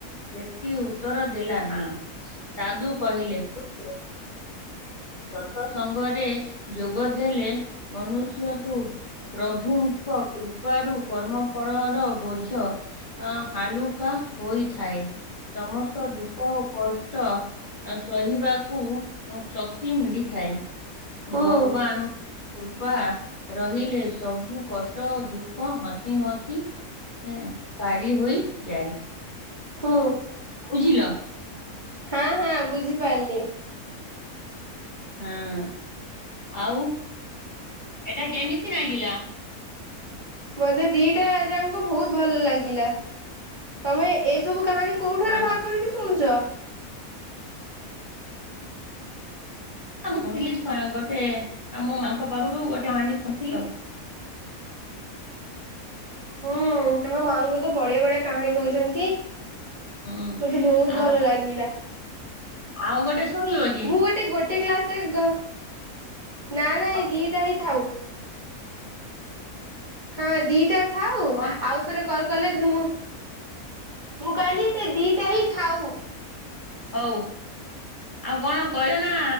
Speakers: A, on the left; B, on the right.
A: ବ୍ୟକ୍ତି ଉତ୍ତର ଦେଲା ନା। ସାଧୁ କହିଲେ "ପୁତ୍ର, ସତସଙ୍ଗରେ ଯୋଗ ଦେଲେ ମନୁଷ୍ୟ ତୁ ପ୍ରଭୁଙ୍କ କୃପାରୁ କର୍ମଫଳର ବୋଝ ଅ ହାଲୁକା ହୋଇଥାଏ। ସମସ୍ତ ଦୁଃଖ ଓ କଷ୍ଟ ସହିବାକୁ ଶ କ୍ତି ମିଳିଥାଏ।
B: ହୁଁ
A: ଭଗବାନ କୃପା ରହିଲେ ସବୁ କଷ୍ଟ ଦୁଃଖ ହସି ହସି ଏଁ ପାରି ହୋଇ ଯାଏ।
B: ହୁଁ।
A: ବୁଝିଲ?
B: ହଁ ହଁ ବୁଝିପାରିଲି।
A: ହଁ ଆଉ ଏଟା କେମିତି ନାଗିଲା?
B: ମତେ ଦିଟା ଜାଙ୍କ ବହୁତ ଭଲ ଲାଗିଲା। ତମେ ଏସବୁ କାହାଣୀ କୋଉଠାରୁ
A: ହଁ
B: ବାହାର କରିକି ଶୁଣୁଚ?
A: ଆ <unintelligible> ଗୋଟେ ଆ ମୋ ମାଙ୍କ ପାଖରୁ ଗୋଟେ କାହାଣୀ ଶୁଣିଥିଲି ଆଉ।
B: ହୁଁ ତମ ମାଆଙ୍କୁ ତ ବଢିଆ ବଢିଆ କାହାଣୀ କହୁଚନ୍ତି।
A: ହୁଁ।
B: ମତେ ବହୁତ ଭଲ
A: ଆଉ
B: ଲାଗିଲା।
A: ଆଉ ଗୋଟେ ଶୁଣିବ କି
B: ମୁଁ ଗୋଟେ ଗୋଟେ କ୍ଲାସରେ ଗ ନା ନାଇ
A: କଣ
B: ଦିଟା ହିଁ ଥାଉ। ହଁ ଦିଟା ଥାଉ
A: କଣ
B: ଆଉ ଥରେ କଲ କଲେ ମୁଁ ମୁଁ କହିଲି ସେ ଦିଟା ହିଁ ଥାଉ।
A: ହଉ ଆଉ କଣ କହିବ ନା